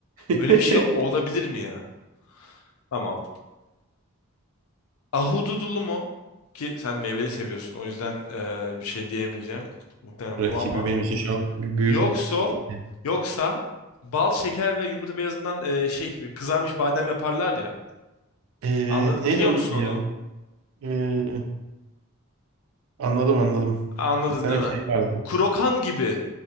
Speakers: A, on the right; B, on the left.
A: <laughs>
B: Böyle bir şey olabilir mi ya? Tamam. Ahududulu mu? Ki sen meyveli seviyorsun o yüzden e, bir şey diyemeyeceğim. Muhtemelen
A: rakibi
B: bu ama.
A: benim için şu an bir büyük.
B: Yoksa
A: <laughs>
B: yoksa bal, şeker ve yumurta beyazından e, şey kızarmış badem yaparlar ya.
A: Ee,
B: Anladın
A: neydi
B: biliyor
A: onun
B: musun
A: adı
B: onu?
A: ya? Ee, anladım anladım.
B: Anladın
A: Bir tane
B: değil mi?
A: şey vardı.
B: Krokan gibi.